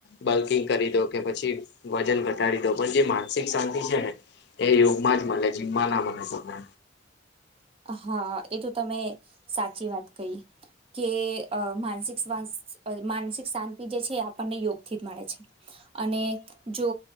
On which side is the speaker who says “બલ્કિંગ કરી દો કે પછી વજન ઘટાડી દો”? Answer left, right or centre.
Left